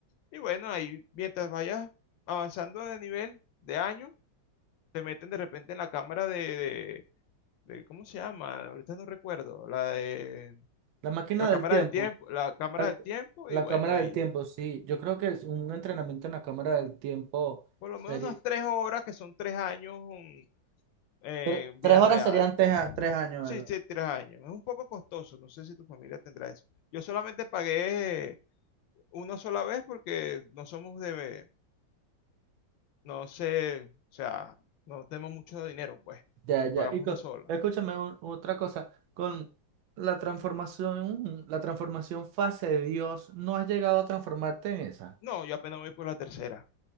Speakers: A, on the left; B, on the right.
A: Y bueno, ahí mientras vayas avanzando de nivel, de año, te meten de repente en la cámara de, de- de- ¿cómo se llama? Ahorita no recuerdo, la de
B: la máquina
A: la cámara
B: del tiempo,
A: del tiempo, la cámara
B: la,
A: del tiempo,
B: la
A: y bueno,
B: cámara
A: ahí.
B: del tiempo, sí. Yo creo que es un entrenamiento en la cámara del tiempo
A: Por lo menos
B: sería
A: unas tres horas, que son tres años mm, eh,
B: tre-
A: en vía
B: tres horas
A: real.
B: serían tres, a- tres años,
A: Sí,
B: ¿verdad?
A: sí, tres años. Es un poco costoso, no sé si tu familia tendrá eso. Yo solamente pagué eh, una sola vez porque no somos de, no sé, o sea, no tenemos mucho dinero, pues,
B: Ya,
A: y
B: ya.
A: pagamos
B: Y co-
A: una sola.
B: escúchame un- otra cosa, con la transformación, la transformación fase de Dios, ¿no has llegado a transformarte en esa?
A: No, yo apenas voy por la tercera,